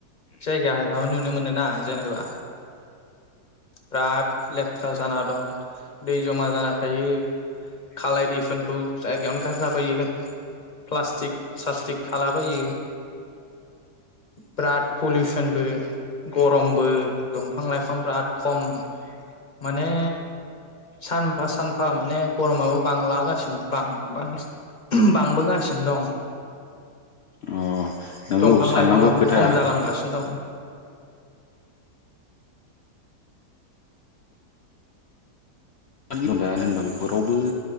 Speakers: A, on the left (about 40°); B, on the left (about 85°).
A: जायगायाव नुनो मोनोना जेनेबा बिराद लेथ्रा जाना दं दै जमा जाना थायो खालाय दैखौनखौ जायगायावनो गारलाबायो प्लास्टिक सासस्टिक थालाबायो बिराद पलिउसनबो गरमबो दंफां लाइफां बिराद खम माने सानफा सानफा माने गरमाबो बांलागासिनो बां बां बांबोगासिनो सिनो दं
B: अ नंगौ
A: दंफां
B: साननांगौ
A: लाइफांङाबो
B: खोथा
A: खम जालांगासिनो दं
B: दानो होनबा बेखौ रावबो